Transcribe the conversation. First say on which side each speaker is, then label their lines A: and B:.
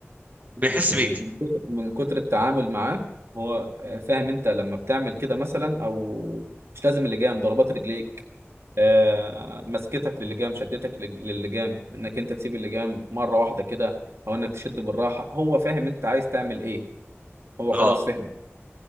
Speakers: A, on the right (about 35°); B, on the right (about 65°).
A: بيحس
B: يعني
A: بيك
B: من كتر من كتر التعامل معاه هو آه، فاهم انت لما بتعمل كده مثلا او مش لازم اللجام ضربات رجليك آه، مسكتك للجام شدتك للج- للجام انك انت تسيب اللجام مرة واحدة كده او انك تشد بالراحة هو فاهم انت عايز تعمل ايه هو
A: اه
B: خلاص فهمك